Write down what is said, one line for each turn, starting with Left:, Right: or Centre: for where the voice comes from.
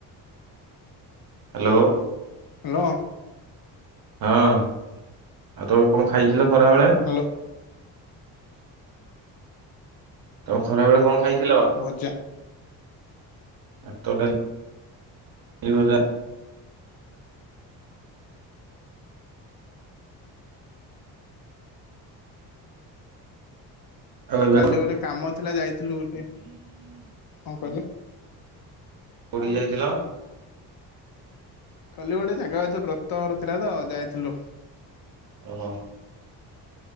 Right: ହ୍ୟାଲୋ।
Left: ହ୍ୟାଲୋ।
Right: ହଁ ଆଉ ତମେ କଣ ଖାଇଥିଲ ଖରାବେଳେ?
Left: <unintelligible>
Right: ତମେ ଖରା ବେଳେ କଣ ଖାଇଥିଲ
Left: ଭଜା
Right: ଭାତ ଡାଲି। <unintelligible> ଆଉ ଏବେ
Left: କାଲି
Right: କଣ?
Left: ଗୋଟେ କାମ ଥିଲା ଯାଇଥିଲୁ ଗୋଟେ କଣ କହିଲ।
Right: କୋଇଠିକି
Left: ହଁ
Right: ଯାଇଥିଲ?
Left: କାଲି ଗୋଟେ ଜାଗା ଏ ତ ବ୍ରତ ଘର ଥିଲା ତ ଯାଇଥିଲୁ।
Right: ଓହୋ।